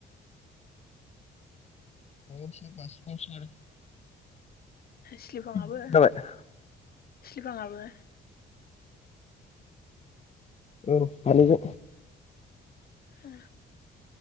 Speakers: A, on the left (about 35°); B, on the left (about 50°).
A: <inaudible>
B: स्लिफाङाबो
A: सानैजों
B: स्लिफाङाबो।
A: औ सानैबो।
B: ओ।